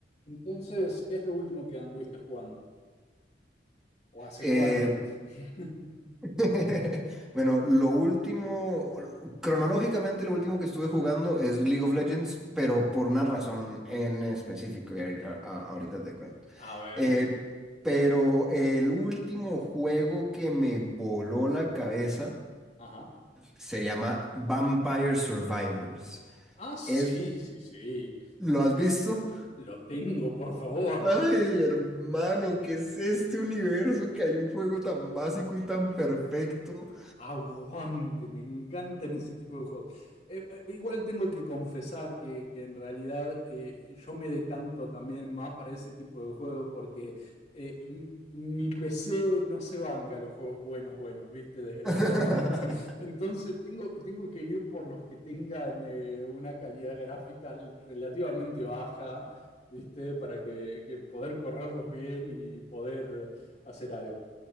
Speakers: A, on the left; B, in the centre.
A: Entonces, ¿qué es lo último que anduviste jugando? ¿O hace
B: Eh,
A: cuánto? <laughs>
B: <laughs> bueno, lo último, cronológicamente lo último que estuve jugando es League of Legends, pero por una razón en específico, y ahí- a- a- ahorita te cuento.
A: A ver,
B: Eh, pero el último juego que me voló la cabeza
A: ajá.
B: se llama Vampire Survivors.
A: Ah, sí,
B: Es,
A: sí, sí.
B: ¿lo
A: Sí,
B: has visto?
A: lo tengo, por favor.
B: Ay, hermano, ¿qué es este universo que hay un juego tan básico y tan perfecto?
A: Aguante, me encantan ese tipo de juegos. Eh, eh, igual tengo que confesar que, que en realidad eh, yo me decanto también más para ese tipo de juegos porque eh, m- mi PC no se banca los juegos buenos, buenos, ¿viste? Desgraciadamente.
B: <laughs>
A: <laughs> Entonces tengo, tengo que ir por los que tengan eh, una calidad gráfica relativamente baja, ¿viste? Para que, que poder correrlos bien y poder hacer algo.